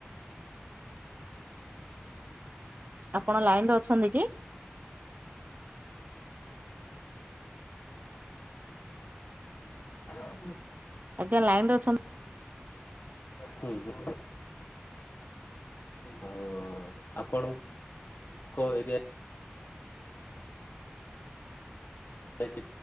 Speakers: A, on the right; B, on the left.
A: ଆପଣ ଲାଇନ ରେ ଅଛନ୍ତି କି?
B: <unintelligible> <unintelligible>
A: ଆଜ୍ଞା ଲାଇନ ରେ ଅଛନ୍ତି।
B: ହୁଁ ହୁଁ ହଉ ଆପଣଙ୍କ ଏରିଆ ଆ କିି